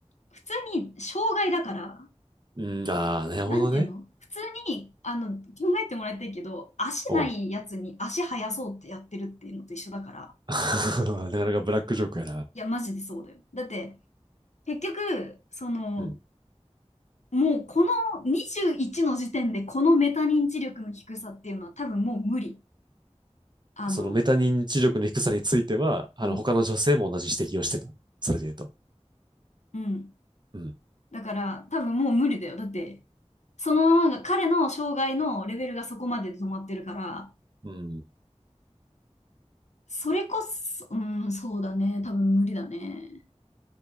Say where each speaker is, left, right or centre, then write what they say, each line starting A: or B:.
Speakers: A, on the left; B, on the right.
A: 普通に障害だから、
B: う。うん、ああ、なるほどね。
A: なんていうの普通に、あの、考えてもらいたいけど、足ないやつに足生やそうってやってるっていうのと一緒だから、
B: うん。<laughs> なかなかブラックジョークやな。
A: いや、マジでそうだよ。だって、結局、その、
B: うん。
A: もうこの21の時点でこのメタ認知力の低さっていうのは多分もう無理。あの、
B: そのメタ認知力の低さについては、あの他の女性も同じ指摘をしてた。
A: うん。
B: それで言うと。
A: うん
B: うん。
A: だから多分もう無理だよ。だって、そのままが彼の障害のレベルがそこまでで止まってるから、
B: うん。
A: それこそ、うん、そうだね。多分無理だね。